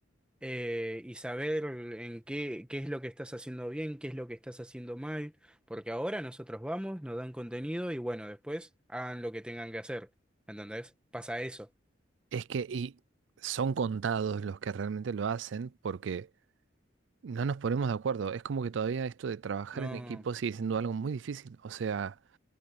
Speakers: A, in the centre; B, on the right (about 80°).
A: eh, y saber en qué, qué es lo que estás haciendo bien, qué es lo que estás haciendo mal, porque ahora nosotros vamos, nos dan contenido y bueno, después hagan lo que tengan que hacer, ¿entendés? Pasa eso.
B: Es que, y son contados los que realmente lo hacen porque... No nos ponemos de acuerdo. Es como que todavía esto de trabajar
A: No,
B: en equipo sigue siendo algo muy difícil. O sea,